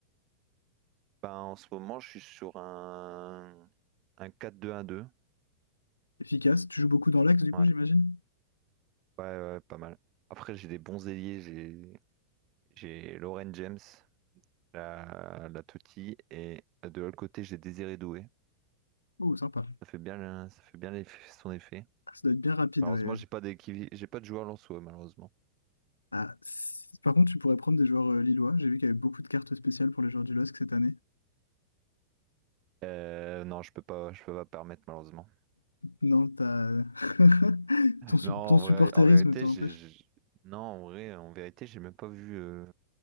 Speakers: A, on the right; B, on the left.
A: Bah en ce moment, je suis sur un, un quatre deux un deux.
B: Efficace? Tu joues beaucoup dans l'axe, du
A: Ouais.
B: coup, j'imagine?
A: Ouais, ouais, ouais, pas mal. Après, j'ai des bons ailiers, j'ai j'ai Lauren James, la, la Totti, et de l'autre côté, j'ai Désiré Doué.
B: Oh, sympa.
A: Ça fait bien, le- ça fait bien l'eff- son effet.
B: Ah, Ça doit être bien rapide,
A: Malheureusement,
B: ouais.
A: j'ai pas d'équipe, j'ai pas de joueur lensois, malheureusement.
B: Ah, c- Par contre, tu pourrais prendre des joueurs euh, lillois. J'ai vu qu'il y avait beaucoup de cartes spéciales pour les joueurs du LOSC cette année.
A: Euh, non, je peux pas, je peux pas permettre malheureusement.
B: Non, t'as... <laughs> ton, su-
A: Non, en
B: ton supporterisme
A: vrai, en vérité,
B: t'en
A: j'ai,
B: empêche.
A: j'ai- non, en vrai, en vérité, j'ai même pas vu. euh,